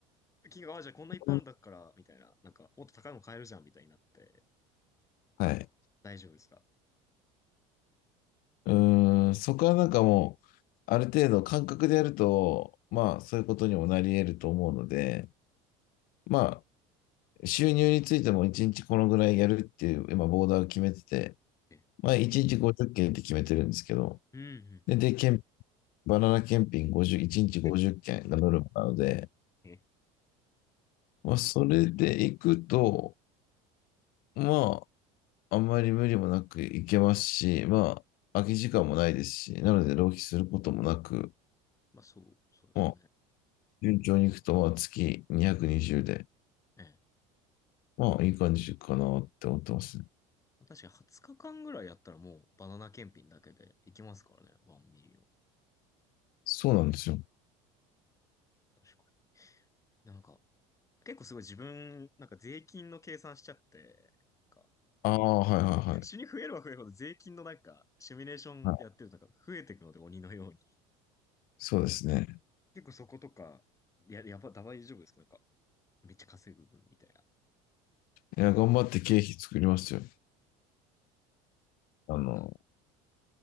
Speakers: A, on the left; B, on the left.
A: 金額、あ、じゃあこんないっぱいあるんだから、
B: うん
A: みたいな、なんか、もっと高いの買えるじゃん、みたいになって、
B: はいはいはいはい
A: とか、大丈夫ですか
B: うーん。そこはなんかもう、ある程度感覚でやると、まあそういうことにもなり得ると思うので、まあ収入についても1日このぐらいやるっていう今ボーダーを決めてて、
A: ええ
B: まあ1日50件っけんって決めてるんですけど、
A: うん、うん、
B: で、
A: うん。
B: で、検バナナ検品50、1日50件がノルマなので、
A: <laughs> え、え
B: まあ、それで行くと、まあ、あんまり無理もなく行けますし、まあ、空き時間もないですし、なので浪費することもなく、
A: まあそう、そうですね。
B: まあ、順調に行くと、まあ、月220で、
A: ええ。
B: まあ、いい感じかなって思ってますね。
A: 確かに20日間ぐらいやったらもうバナナ検品だけでいきますからね、ワンミリオン。
B: そうなんですよ。
A: 確かに。でなんか、結構すごい自分、なんか税金の計算しちゃって、なんか、
B: ああ、はいはいはい。
A: 死に増えるは増えるほど税金のなんか、シミュレーションやってるとなんか増えていくので鬼のように。
B: はい、そうですね。
A: 結構そことか、や、やば、大丈夫ですかなんか、めっちゃ稼ぐみたいな。
B: いや、頑張って経費作りますよ。あの、
A: まあ、